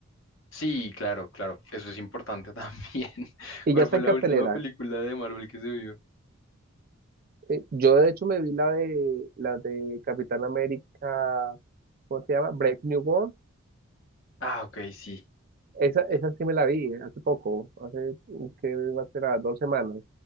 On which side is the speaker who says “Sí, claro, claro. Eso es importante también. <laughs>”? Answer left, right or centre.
Left